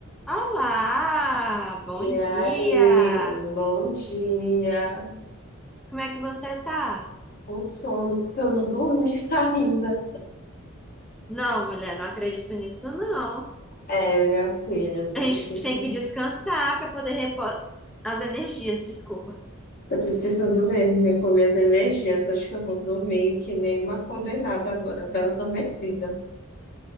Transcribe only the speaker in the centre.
Olá, bom
dia!
Como é que você tá?
Não, mulher, não acredito nisso, não.
A gente
tem que descansar para poder repor as energias, desculpa.